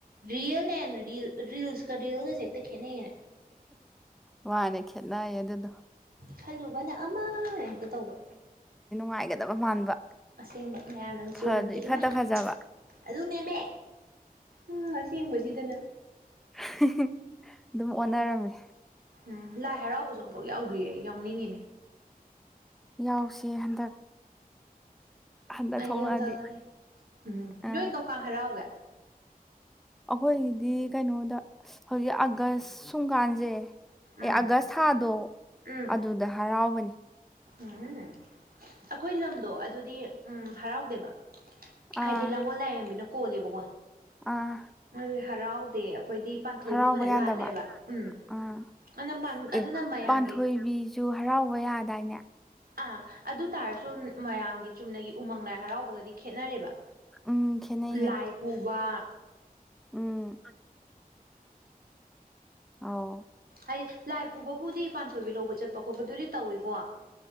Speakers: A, on the right; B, in the centre.
A: ꯔꯤꯌꯦꯜ ꯑꯦꯟ ꯔꯤꯜꯁꯀ ꯔꯤꯌꯦꯜꯒꯁꯦ ꯍꯦꯛꯇ ꯈꯦꯠꯅꯩꯌꯦꯅ
B: ꯃꯥꯅꯦ ꯈꯦꯠꯅꯩꯌꯦ ꯑꯗꯨꯗꯣ
A: ꯈꯜꯂꯨꯕꯅ ꯑꯃ ꯍꯦꯛꯇ ꯇꯧꯕ
B: ꯍꯥꯏꯒꯗꯕ ꯃꯥꯟꯕ
A: ꯑꯁꯦꯡꯕ ꯃꯌꯥꯝꯅꯒꯥ ꯆꯣꯡꯕꯗꯨ
B: ꯐꯁꯨ ꯏꯐꯠꯇ
A: ꯏꯃꯥ
B: ꯐꯖꯕ
A: ꯑꯗꯨꯅꯦꯃꯤ ꯎꯝ ꯑꯁꯦꯡꯕꯁꯤꯗꯅ
B: ꯍꯤꯍꯤꯍꯤ ꯑꯗꯨꯝ ꯑꯣꯟꯅꯔꯝꯃꯦ
A: ꯎꯝ ꯂꯥꯏ ꯍꯔꯥꯎꯕꯁꯨ ꯑꯃꯝꯐꯥꯎ ꯌꯥꯎꯗ꯭ꯔꯤꯌꯦ ꯌꯥꯎꯅꯤꯡꯉꯤꯅꯦ
B: ꯌꯥꯎꯁꯦ ꯍꯟꯗꯛ ꯍꯟꯗꯛ
A: ꯑꯩ
B: ꯊꯣꯛꯂꯛꯑꯗꯤ
A: ꯌꯣꯟꯊꯪꯅꯦ ꯎꯝ
B: ꯑ
A: ꯅꯣꯏ ꯀꯝ ꯀꯥꯟ ꯍꯔꯥꯎꯒꯦ
B: ꯑꯩꯈꯣꯏꯒꯤꯗꯤ ꯀꯩꯅꯣꯗ ꯍꯧꯖꯤꯛ ꯑꯥꯒꯁ ꯁꯨꯡꯀꯥꯟꯁꯦ ꯑꯦ
A: ꯎꯝ
B: ꯑꯥꯒꯁ ꯑꯣ
A: ꯎꯝ
B: ꯑꯗꯨꯗ ꯍꯔꯥꯎꯕꯅꯤ
A: ꯎꯝ ꯑꯩꯈꯣꯏ ꯂꯝꯗꯣ ꯑꯗꯨꯗꯤ ꯎꯝ ꯍꯔꯥꯎꯗꯦꯕ
B: ꯑꯥ
A: ꯍꯥꯏꯗꯤ ꯂꯥꯡꯒꯣꯜ ꯂꯥꯏꯔꯦꯝꯕꯤꯅ ꯀꯣꯜꯂꯦꯕꯀꯣ
B: ꯑꯥ
A: ꯑꯗꯨꯗꯤ ꯍꯔꯥꯎꯗꯦ ꯑꯩꯈꯣꯏꯗꯤ ꯄꯥꯟꯊꯣꯏꯕꯤ
B: ꯍꯔꯥꯎꯕ
A: ꯑꯣꯏꯅ
B: ꯌꯥꯗꯕ
A: ꯂꯥꯠꯂꯦꯕ ꯎꯝ
B: ꯑꯥ
A: ꯑꯗꯨꯅ ꯄꯥꯟ ꯑꯗꯨꯅ
B: ꯑꯦ
A: ꯃꯌꯥꯝꯒꯤ
B: ꯄꯥꯟꯊꯣꯏꯕꯤꯁꯨ ꯍꯔꯥꯎꯕ ꯌꯥꯗꯥꯏꯅꯦ
A: ꯑꯥ ꯑꯗꯨ ꯇꯥꯔꯁꯨ ꯃꯌꯥꯝꯒꯤ ꯆꯨꯝꯅꯒꯤ ꯎꯃꯪ ꯂꯥꯏ ꯍꯔꯥꯎꯕꯒꯗꯤ ꯈꯦꯠꯅꯔꯦꯕ
B: ꯎꯝ ꯈꯦꯠꯅꯩꯌꯦ
A: ꯂꯥꯏ ꯑꯩ ꯄꯨꯨꯕ
B: ꯎꯝ ꯑꯣ
A: ꯍꯥꯏꯗꯤ ꯂꯥꯏ ꯄꯨꯕꯕꯨꯗꯤ ꯄꯥꯟꯊꯣꯏꯕꯤ ꯂꯧꯕ ꯆꯠꯄ ꯈꯣꯠꯄꯗꯨꯗꯤ ꯇꯧꯏꯀꯣ